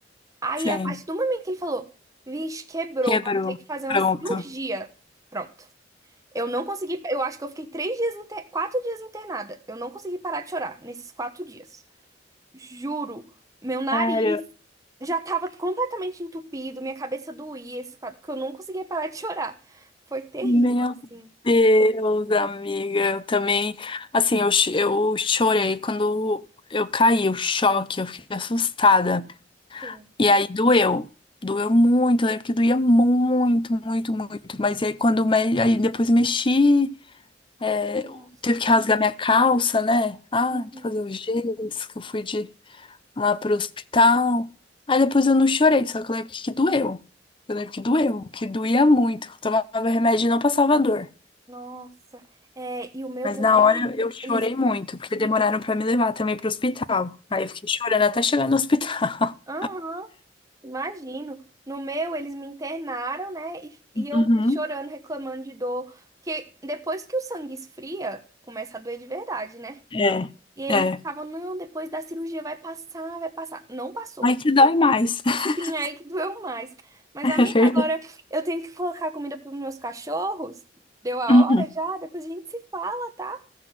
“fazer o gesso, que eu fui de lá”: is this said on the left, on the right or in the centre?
Left